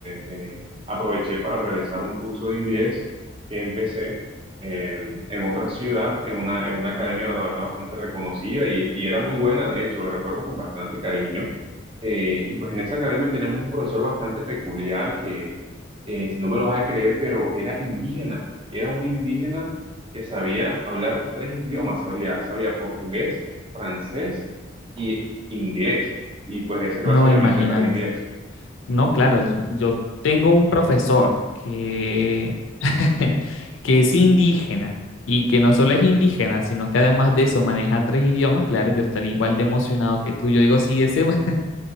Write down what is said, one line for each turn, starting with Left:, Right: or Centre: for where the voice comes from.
Right: eh, aproveché para realizar un curso de inglés que empecé eh, en otra ciudad, en una, en una academia, la verdad, bastante reconocida y, y era muy buena, de hecho, lo recuerdo con bastante cariño. Eh, y pues en esa academia teníamos un profesor bastante peculiar que, eh, si no me lo vas a creer, pero era indígena, era un indígena que sabía hablar tres idiomas, sabía, sabía portugués, francés y inglés. Y pues esa clase
Left: No,
Right: obviamente
Left: imagínate.
Right: era de inglés.
Left: No, claro, yo yo tengo un profesor que, <laughs> que es indígena y que no solo es indígena, sino que además de eso maneja tres idiomas. Claro, yo estaría igual de emocionado que tú. Yo digo, si ese, <laughs>